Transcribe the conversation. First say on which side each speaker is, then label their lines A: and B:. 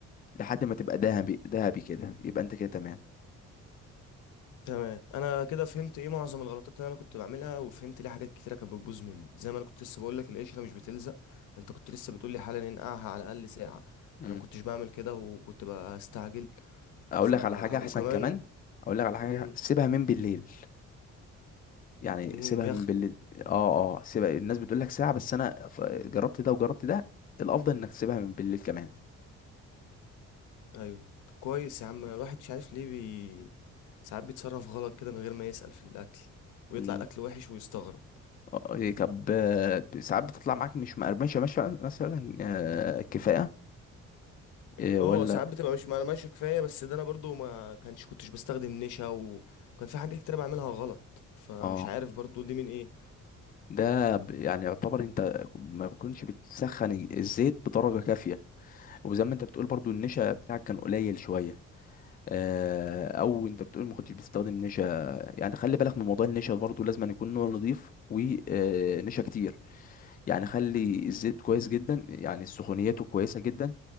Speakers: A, on the left; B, on the left.
A: لحد ما تبقى دهبي دهبي كده يبقى انت كده تمام
B: تمام انا كده فهمت ايه معظم الغلطات اللي انا كنت بعملها وفهمت ليه حاجات كتيره كانت بتبوظ مني زي ما انا كنت لسه بقول لك القشره مش بتلزق انت كنت لسه بتقول لي حالا ننقعها على الاقل ساعه
A: مم.
B: انا ما كنتش بعمل كده وكنت بستعجل
A: اقول
B: ف
A: لك على حاجه احسن
B: وكمان
A: كمان اقول لك على حاجه
B: امم
A: سيبها من بالليل يعني
B: إمم،
A: سيبها
B: يا
A: من بالليل اه اه سيبها الناس بتقول لك ساعه بس انا ف- جربت ده وجربت ده الافضل انك تسيبها من بالليل كمان
B: ايوه طب كويس يا عم الواحد مش عارف ليه بي... ساعات بيتصرف غلط كده من غير ما يسأل في الاكل ويطلع
A: مم.
B: الاكل وحش ويستغرب
A: آه، آه، طب آه، ساعات بتطلع معاك مش مقرمشه مثلا مثلا آه، كفايه
B: اه
A: آه، ولا
B: ساعات بتبقى مش معلومة ماشية كفاية بس ده انا برضو ما كانش كنتش بستخدم نشا و- وكان في حاجات كتير بعملها غلط فمش
A: اه
B: عارف برضو دي من ايه
A: ده ب- يعني يعتبر انت ما بتكونش بتسخن الزيت بدرجه كافيه وزي ما انت بتقول برضو النشا بتاعك كان قليل شويه آه، او انت بتقول ما كنتش بتستخدم نشا يعني خلي بالك من موضوع النشا برضو لازم أن يكون نوع نظيف ونشا كتير يعني خلي الزيت كويس جدا يعني سخونيته كويسه جدا